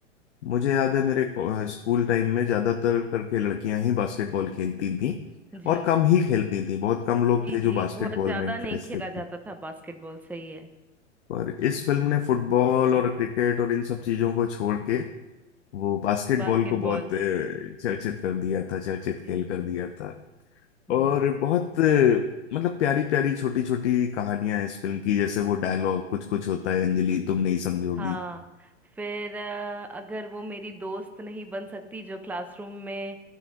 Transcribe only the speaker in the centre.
जी
जी
जी
बहुत ज्यादा
नहीं खेला
जाता था बास्केटबॉल सही है
बास्केटबॉल
जी
जी
हाँ फिर अ, अगर वो मेरी दोस्त नहीं बन सकती जो क्लासरूम में